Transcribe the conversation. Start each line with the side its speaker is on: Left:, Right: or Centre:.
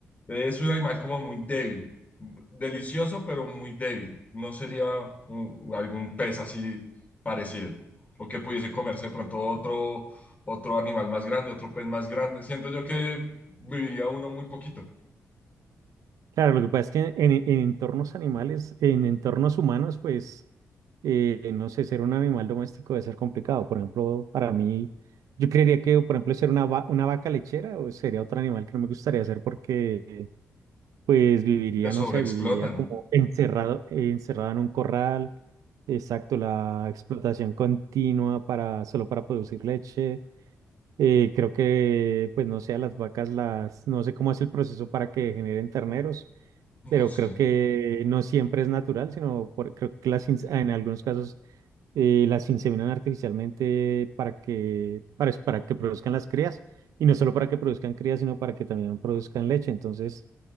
Left: es un animal como muy débil, delicioso pero muy débil, no sería un- algún pez así parecido, o que pudiese comerse de pronto otro, otro animal más grande, otro pez más grande, siento yo que viviría uno muy poquito,
Right: Claro, lo que pasa es que en, en entornos animales, en entornos humanos, pues, eh, no sé, ser un animal doméstico debe ser complicado. Por ejemplo, para mí, yo creería que, por ejemplo, ser una, va- una vaca lechera o sería otro animal que no me gustaría ser porque Pues viviría,
Left: se sobreexplotan,
Right: no sé, viviría como encerrado, eh, encerrado en un corral. Exacto, la explotación continua para, solo para producir leche. Eh, creo que, pues no sé, a las vacas las, no sé cómo es el proceso para que generen terneros,
Left: no
Right: pero
Left: sé.
Right: creo que no siempre es natural, sino por- creo que las, ins- en algunos casos eh, las inseminan artificialmente para que, para, para que produzcan las crías, y no solo para que produzcan crías, sino para que también produzcan leche. Entonces,